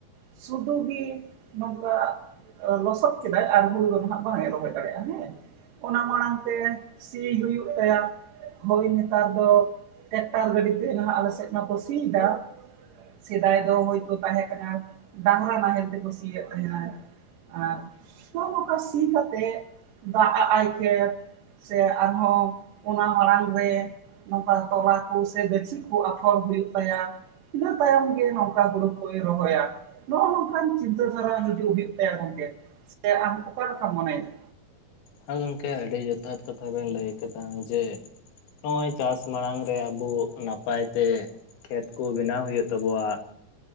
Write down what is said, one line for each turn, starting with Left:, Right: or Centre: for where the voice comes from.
Right: ᱥᱩᱫᱩ ᱜᱤ ᱱᱚᱝᱠᱟ ᱞᱚᱥᱚᱫ ᱠᱮᱫᱟᱭ ᱟᱨ ᱦᱩᱲᱩ ᱫᱚ ᱦᱟᱸᱜ ᱵᱟᱝ ᱮ ᱨᱚᱦᱚᱭ ᱫᱟᱲᱮᱟᱜᱼᱟ ᱦᱮᱸ ᱚᱱᱟ ᱢᱟᱲᱟᱝ ᱛᱮ ᱥᱤ ᱦᱩᱭᱩᱜ ᱛᱟᱭᱟ ᱦᱳᱭ ᱱᱮᱛᱟᱨ ᱫᱚ ᱴᱮᱠᱴᱟᱨ ᱜᱟᱹᱰᱤ ᱛᱮ ᱱᱟᱦᱟᱜ ᱟᱞᱮᱥᱮᱫ ᱢᱟᱠᱚ ᱥᱤ ᱫᱟ ᱥᱮᱫᱟᱭ ᱫᱚ ᱦᱳᱭ ᱛᱚ ᱛᱟᱦᱮᱸ ᱠᱟᱱᱟ ᱰᱟᱝᱨᱟ ᱱᱟᱦᱮᱞ ᱛᱮᱠᱚ ᱥᱤᱭᱮᱫ ᱛᱟᱦᱮᱸᱱᱟ ᱟᱨ ᱱᱚ ᱱᱚᱝᱠᱟ ᱥᱤ ᱠᱟᱛᱮᱫ ᱫᱟᱜ ᱟᱜᱟᱭ ᱠᱷᱮᱛ ᱥᱮ ᱟᱨᱦᱚᱸ ᱚᱱᱟ ᱢᱟᱲᱟᱲ ᱨᱮ ᱱᱚᱝᱠᱟ ᱛᱚᱞᱟ ᱠᱚ ᱥᱮ ᱜᱟᱹᱪᱷᱤ ᱠᱚ ᱟᱯᱷᱚᱨ ᱦᱩᱭᱩᱜ ᱛᱟᱭᱟ ᱤᱱᱟᱹ ᱛᱟᱭᱚᱢ ᱜᱮ ᱱᱚᱝᱠᱟ ᱦᱳᱲᱳ ᱠᱚᱭ ᱨᱚᱦᱚᱭᱟ ᱱᱚᱜᱼᱚ ᱱᱚᱝᱠᱟᱱ ᱪᱤᱱᱛᱟᱹ ᱫᱷᱟᱨᱟ ᱦᱤᱡᱩᱜ ᱦᱩᱭᱩᱜ ᱛᱟᱭᱟ ᱜᱚᱝᱠᱮ ᱥᱮ ᱟᱢ ᱚᱠᱟ ᱞᱮᱠᱟᱢ ᱢᱚᱱᱮᱭᱮᱫᱟ
Left: ᱦᱮᱸ ᱜᱚᱢᱠᱮ ᱟᱹᱰᱤ ᱡᱚᱛᱷᱟᱛ ᱠᱟᱛᱷᱟ ᱵᱮᱱ ᱞᱮ ᱠᱟᱫᱟ ᱡᱮ ᱱᱚᱜᱼᱚᱭ ᱪᱟᱥ ᱢᱟᱲᱟᱝ ᱨᱮ ᱟᱵᱚ ᱱᱟᱯᱟᱭ ᱛᱮ ᱠᱷᱮᱛ ᱠᱚ ᱵᱮᱱᱟᱣ ᱦᱳᱭᱳᱜ ᱛᱟᱵᱚᱣᱟ